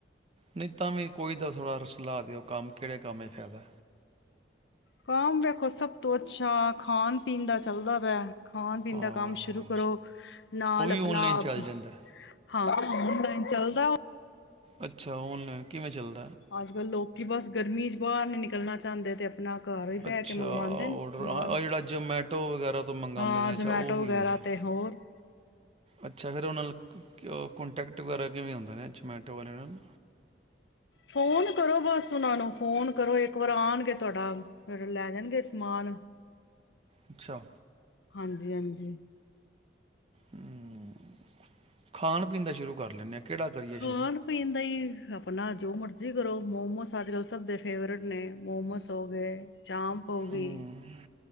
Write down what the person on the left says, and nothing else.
ਕੰਮ ਦੇਖੋ ਸਭ ਤੋਂ ਅੱਛਾ ਖਾਣ ਪੀਣ ਦਾ ਚੱਲਦਾ ਪਿਆ। ਖਾਣ ਪੀਣ
ਦਾ ਕੰਮ ਸ਼ੁਰੂ ਕਰੋ ਨਾਲ
ਆਪਣਾ
ਆਪ
ਹਾਂ ਚੱਲਦਾ।
ਅੱਜ ਕੱਲ੍ਹ ਲੋਕ ਕਿ ਬਸ ਗਰਮੀ ਚ ਬਾਹਰ ਨਿਕਲਣਾ ਜਾਂਦੇ ਤੇ ਆਪਣਾ ਘਰ ਬਹਿ
ਕੇ ਮੰਗਵਾਉਂਦੇ
ਨੇ ਸਮਾਨ,
ਹਾਂ
ਜਮੈਟੋ
ਵਗੈਰਾ
ਤੇ ਹੋਰ
ਫੋਨ ਕਰੋ ਬਸ ਉਹਨਾਂ ਨੂੰ ਫ਼ੋਨ ਕਰੋ ਇੱਕ ਵਾਰ ਆਣਗੇ ਤੁਹਾਡਾ ਫਿਰ ਲੈ ਜਾਣਗੇ ਸਮਾਨ
ਹਾਂਜੀ ਹਾਂਜੀ
ਖਾਣ
ਪੀਣ ਦਾ ਹੀ ਆਪਣਾ ਜੋ ਮਰਜੀ ਕਰੋ ਮੋਮੋਸ ਅੱਜ ਕੱਲ ਸਭ ਦੇ ਫੇਵਰੇਟ ਨੇ ਮੋਮੋਸ ਹੋ ਗਏ ਚਾਂਪ ਹੋ
ਗਈ,